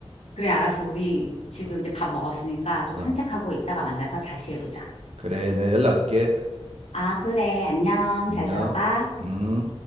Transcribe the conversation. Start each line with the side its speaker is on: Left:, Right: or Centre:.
Left: 그래, 알았어. 우리 지금
Right: 어,
Left: 이제 밥 먹었으니까 좀
Right: 어,
Left: 산책하고 이따가 만나서 다시 해보자.
Right: 그래, 내가 연락할게.
Left: 아, 그래. 안녕.
Right: 안녕.
Left: 잘 들어가.
Right: 음.